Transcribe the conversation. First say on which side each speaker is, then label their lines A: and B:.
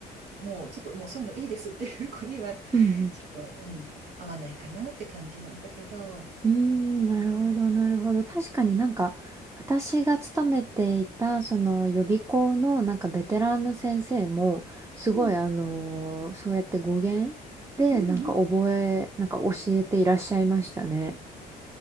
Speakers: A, on the right; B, on the right.
A: もうちょっともうそういうのいいですっていう子には、<laughs>
B: うん
A: ちょっと、うん、合わないかなって感じなんだけど、
B: うん。うーん、なるほど、
A: うん。
B: なるほど。確かになんか、
A: うん。
B: 私が勤めていた、その予備校のなんかベテランの先生も、すごいあのーそうやって語源で、
A: うん。うん。
B: なんか覚え、
A: うん
B: なんか教えていらっしゃいましたね。